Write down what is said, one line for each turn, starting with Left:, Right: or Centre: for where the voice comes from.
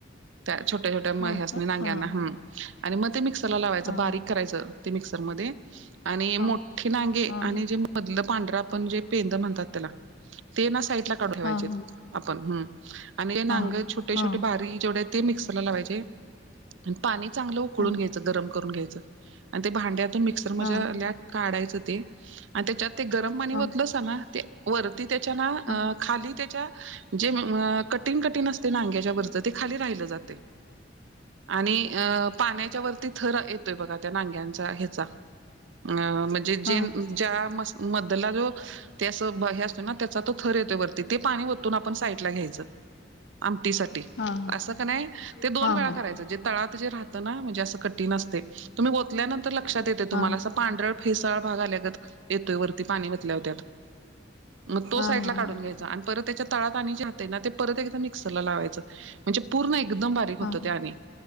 Right: त्या छोट्या-छोट्या म
Left: होय
Right: ह्यासनी
Left: का?
Right: नांग्यांना,
Left: हां,
Right: हं, आणि मग ते मिक्सरला लावायचं,
Left: हां,
Right: बारीक करायचं. ते मिक्सरमध्ये आणि
Left: हां,
Right: मोठी नांगी
Left: हां,
Right: आणि जे मधलं पांढरं आपण जे पेंद म्हणतात त्याला, ते ना साईटला काढून ठेवायचेत.
Left: हां,
Right: आपण हं, आणि ते नांग
Left: हां,
Right: छोटे-छोटे
Left: हां,
Right: बारीक, बारीक जेवढे ते मिक्सरला लावायचे. पाणी चांगलं उकळून
Left: हां,
Right: घ्यायचं, गरम करून घ्यायचं आणि ते भांड्यातून मिक्सर म्हझ्याल्या
Left: हां,
Right: काढायचं ते आणि त्याच्यात ते गरम पाणी
Left: हां,
Right: वतलंस ना ते वरती त्याच्या ना, अ
Left: हां,
Right: खाली त्याच्या जे उम अ कटिंग कटिण असते नांग्याच्यावरचं, ते खाली राहिलं जाते. आणि अ पाण्याच्या वरती थर येतोय बघा त्या नांग्यांचा ह्याचा, अ म्हणजे
Left: हां,
Right: जे च्या मस मधला जो ते असं, ब हे असतोय ना त्याचा तो थर येतोय वरती, ते पाणी वतून आपण साईटला घ्यायचं. आमटीसाठी
Left: हां,
Right: असं का नाही, ते दोन
Left: हां,
Right: वेळा
Left: हां,
Right: करायचं, जे तळात जे राहतं ना, म्हणजे असं कटिण असतंय, तुम्ही ओतल्यानंतर लक्षात येतंय तुम्हाला,
Left: हां,
Right: असं पांढरळ फेसाळ भाग आल्यागत येतोय वरती, पाणी वतल्याव त्यात. मग तो
Left: हां,
Right: साईटला काढून
Left: हां,
Right: घ्यायचा आणि परत त्याच्या तळात, आणि जे राहातंय ना, ते परत एकदा मिक्सरला लावायचं. म्हणजे पूर्ण एकदम बारीक
Left: हां,
Right: होतं ते, आणि